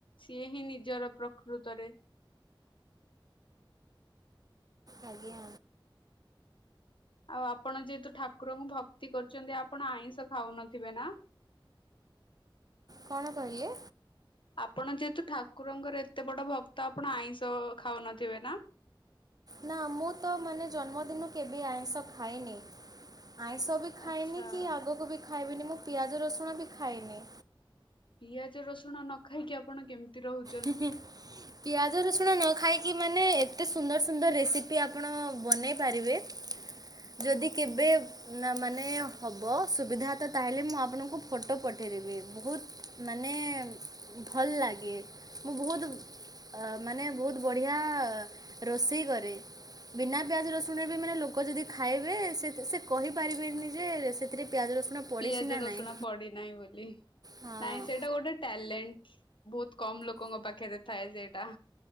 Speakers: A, on the left; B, on the right.
A: ସିଏ ହିଁ ନିଜର ପ୍ରକୃତରେ।
B: ଆଜ୍ଞା
A: ଆଉ ଆପଣ ଯେହେତୁ ଠାକୁରଙ୍କୁ ଭକ୍ତି କରୁଚନ୍ତି ଆପଣ ଆଇଁଷ ଖାଉନଥିବେ ନା।
B: କଣ କହିଲେ?
A: ଆପଣ ଯେହେତୁ ଠାକୁରଙ୍କର ଏତେ ବଡ ଭକ୍ତ ଆପଣ ଆଇଁଷ ଖାଉନଥିବେ ନା?
B: ନା ମୁଁ ତ ମାନେ ଜନ୍ମଦିନରୁ କେବେ ଆଇଷ ଖାଇଏନି। ଆଇଷ ବି ଖାଏନି
A: ଆଚ୍ଛା
B: କି ଆଗକୁ ବି ଖାଇବିନି ମୁଁ ପିଆଜ ରସୁଣ ବି ଖାଏନି।
A: ପିଆଜ ରସୁଣ ନ ଖାଇକି ଆପଣ କେମିତି ରହୁ
B: ହିଁ ହିଁ ପିଆଜ ରସୁଣ ନ ଖାଇକି ମାନେ ଏତେ ସୁନ୍ଦର ସୁନ୍ଦର ରେସିପି ଆପଣ ବନେଇ ପାରିବେ।
A: <inaudible>
B: ଯଦି କେବେ ନା ମାନେ ହବ ସୁବିଧା ତ ତାହେଲେ ମୁଁ ଆପଣଙ୍କୁ ଫଟୋ ପଠାଇଦବି। ବୋହୁତ ମାନେ ଭଲ ଲାଗେ। ମୁଁ ବୋହୁତ ମାନେ ବୋହୁତ ବଢ଼ିଆ ରୋଷେଇ କରେ। ବିନା ପିଆଜ ରସୁଣରେ ବି ମାନେ ଲୋକ ଯଦି ଖାଇବେ ସେତ ସେ କହିପାରିବେନି ଯେ ସେଥିରେ ପିଆଜ ରସୁଣ ପଡ଼ିଛି
A: ପିଆଜ
B: ନା
A: ରସୁଣ
B: ନାହିଁ
A: ପଡିନାହିଁ ବୋଲି।
B: ହଁ।
A: ନାଇଁ ସେଇଟା ଗୋଟେ ଟ୍ୟାଲେଣ୍ଟ ବୋହୁତ କମ ଲୋକଙ୍କ ପାଖରେ ଥାଏ ସେଇଟା।